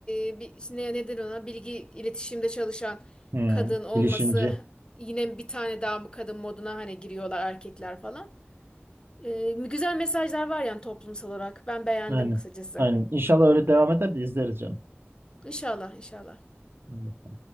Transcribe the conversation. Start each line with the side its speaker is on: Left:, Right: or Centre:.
Left: e, bir, ne neden ona bilgi iletişimde çalışan
Right: Hmm.
Left: kadın olması
Right: Bilişimci.
Left: yine bir tane daha mı kadın moduna hani giriyorlar erkekler falan. E, güzel mesajlar var yani toplumsal olarak. Ben beğendim
Right: Aynen.
Left: kısacası.
Right: Aynen. İnşallah öyle devam eder de izleriz canım.
Left: İnşallah, inşallah.
Right: Hmm.